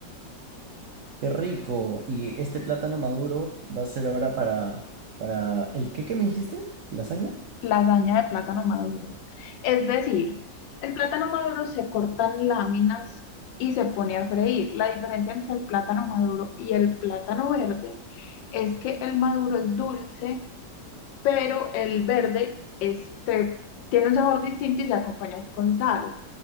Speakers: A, on the right; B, on the left.
A: qué rico. ¿Y este plátano maduro va a ser ahora para, para el qué que me dijiste? ¿Lasaña?
B: lasaña de plátano maduro. Es decir, el plátano maduro se cortan láminas y se pone a freír. La diferencia entre el plátano maduro y el plátano verde es que el maduro es dulce, pero el verde es- se- tiene un sabor distinto y se acompaña es con sal.